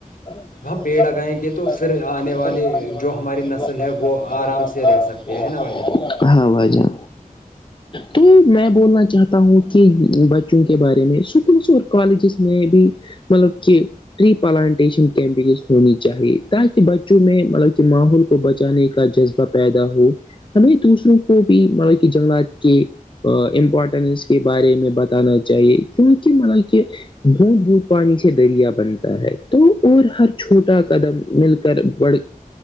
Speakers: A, on the left; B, on the left.
A: جب
B: پیڑ لگائیں
A: ہم تیز
B: گے تو
A: آائیں
B: پھر
A: گے
B: آنے
A: تو
B: والی
A: پھر آنے والی
B: جو ہماری نسل
A: جو ہماری
B: ہے وہ
A: نسل ب
B: سے رہ
A: آرام
B: سکتے
A: سے
B: ہیں نا بھائی جان
A: <unintelligible> ہاں وجہ تو میں بولنا چاہتا ہوں کہ کے بارے میں سکولس اور کالجز میں بھی مطلب کہ ٹری پلانٹیشن کیمپینز ہونی چاہیے تاکہ بچوں میں مطلب کہ ماحول کو بچانے کا جذبہ پیدا ہو ہمیں دوسروں کو بھی مطب کہ جنگلات کے امپورٹنس کے بارے میں بتانا چاہیے کیونکہ ملب کہ بھوت بھوت پانی سے دریا بنتا ہے تو اور ہر چھوٹا قدم مل کر بڑھ